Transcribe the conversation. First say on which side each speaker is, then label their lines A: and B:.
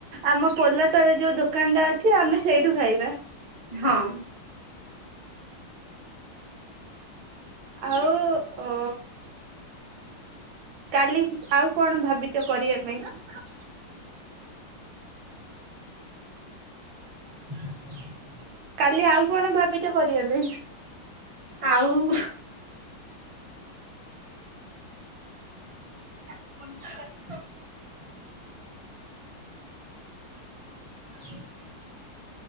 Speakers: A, on the right; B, on the right.
A: ଆମ ପୋଲ ତଳେ ଯୋଉ ଦୋକାନ ଟା ଅଛି। ଆମେ ସେଇଠୁ ଖାଇବା।
B: ହଁ
A: ଆଉ ଅ କାଲି ଆଉ କଣ ଭାବିଚ କରିବା ପାଇଁ କା
B: <unintelligible>
A: କାଲି ଆଉ କଣ ଭାବିଛ କରିବା ପାଇଁ।
B: ଆଉ ହୁ ମୁାଇ <unintelligible> ହ <unintelligible>